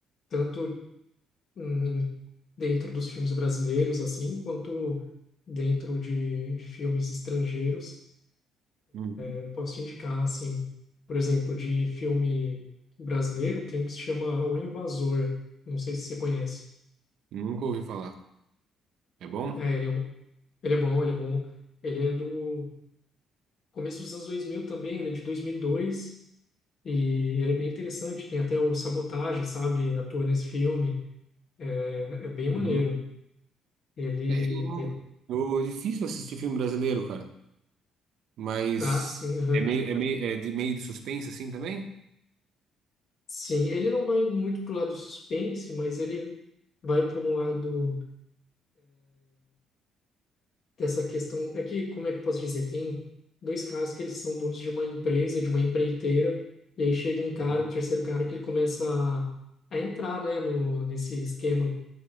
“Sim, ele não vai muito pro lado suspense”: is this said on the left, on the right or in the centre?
Left